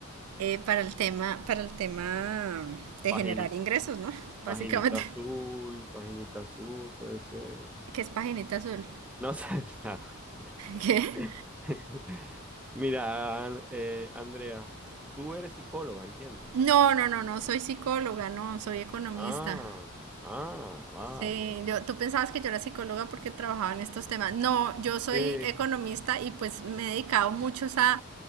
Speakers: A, on the right; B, in the centre.
A: eh, para el tema, para el tema de
B: paginita,
A: generar ingresos, ¿no? Básicamente.
B: paginita azul, paginita azul, puede ser.
A: ¿Qué es paginita azul?
B: No sé <laughs> nada.
A: <laughs> ¿Qué?
B: <laughs> Mira, eh, Andrea, tú eres psicóloga, entiendo.
A: No, no, no, no, soy psicóloga, no, soy economista.
B: Ah, ah, vale,
A: Sí,
B: vale.
A: yo- tú pensabas que yo era psicóloga porque trabajaba en estos temas. No, yo soy
B: Sí,
A: economista y pues me he dedicado muchos a,